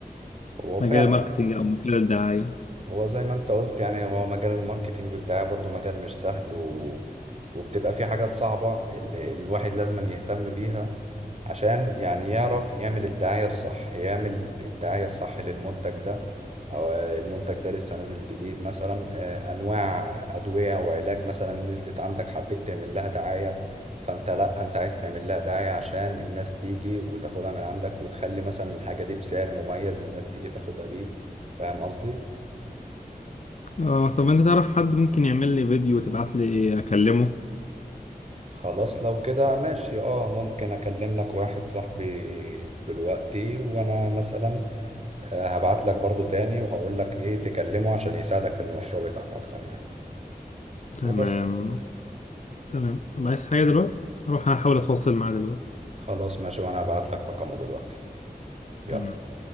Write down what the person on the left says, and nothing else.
مجال
الماركتينج أو مجال الدعاية
اه طب أنت تعرف حد ممكن يعمل لي فيديو وتبعت لي أكلمه
تمام
تمام طب عايز حاجة دلوقتي؟ هروح أنا أحاول أتواصل معاه دلوقتي
تمام